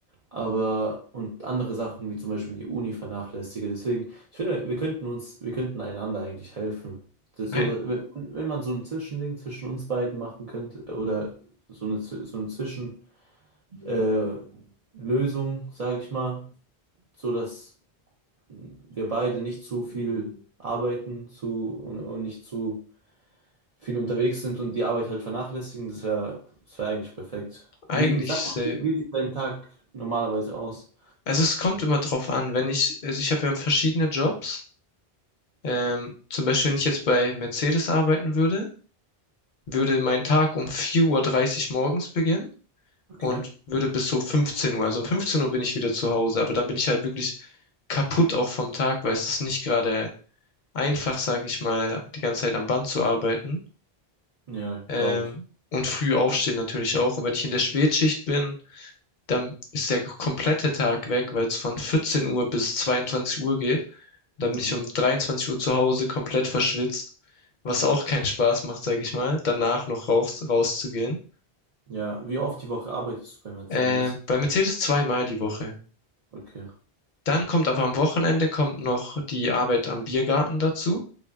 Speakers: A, on the right; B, on the left.
A: aber und andere Sachen wie zum Beispiel die Uni vernachlässige. Deswegen, ich finde, wir könnten uns, wir könnten einander eigentlich helfen. Das, ist
B: Ei-
A: so, dass- wenn wenn man so ein Zwischending zwischen uns beiden machen könnte oder so eine, Zw- so eine Zwischen, äh, Lösung, sage ich mal, so dass wir beide nicht zu viel arbeiten zu, und, und nicht zu viel unterwegs sind und die Arbeit halt vernachlässigen, das wäre das wär eigentlich perfekt.
B: Eigentlich,
A: Wie, sag mal,
B: äh,
A: wie, wie sieht dein Tag normalerweise aus?
B: also es kommt immer drauf an, wenn ich, also ich habe ja verschiedene Jobs. Ähm, zum Beispiel, wenn ich jetzt bei Mercedes arbeiten würde, würde mein Tag um vier Uhr dreißig morgens beginnen
A: Okay.
B: und würde bis so 15 Uhr. Also um 15 Uhr bin ich wieder zu Hause, aber dann bin ich halt wirklich kaputt auch vom Tag, weil es ist nicht gerade einfach, sage ich mal, die ganze Zeit am Band zu arbeiten.
A: Ja,
B: Ähm,
A: glaube ich.
B: und früh aufstehen natürlich auch. Und wenn ich in der Spätschicht bin, dann ist der komplette Tag weg, weil es von 14 Uhr bis 22 Uhr geht. dann
A: Mhm.
B: bin ich um 23 Uhr zu Hause komplett verschwitzt, was auch keinen Spaß macht, sage ich mal, danach noch raus, rauszugehen.
A: Ja, wie oft die Woche arbeitest du bei Mercedes?
B: Äh, bei Mercedes zweimal die Woche.
A: Okay.
B: Dann kommt aber am Wochenende kommt noch die Arbeit am Biergarten dazu.